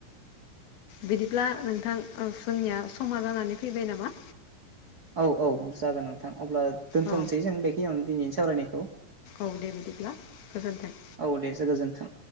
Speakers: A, on the left (about 85°); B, on the right (about 50°).
A: बिदिब्ला नोंथां जनिया समा जानानै फैबाय नामा
B: औ औ जागोन नोंथां अब्ला दोन्थ'नोसै
A: औ
B: जों बेखिनियावनो दिनैनि सावरायनायखौ
A: औ दे बिदिब्ला गोजोन्थों
B: औ देसो गोजोन्थों